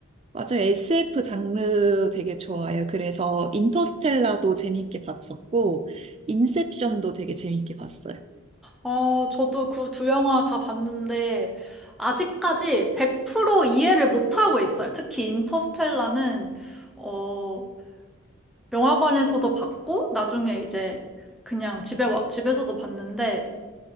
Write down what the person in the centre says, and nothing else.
어, 저도 그 두 영화 다 봤는데 아직까지 100% 이해를 못하고 있어요. 특히 인터스텔라는 어, 영화관에서도 봤고 나중에 이제 그냥 집에 와, 집에서도 봤는데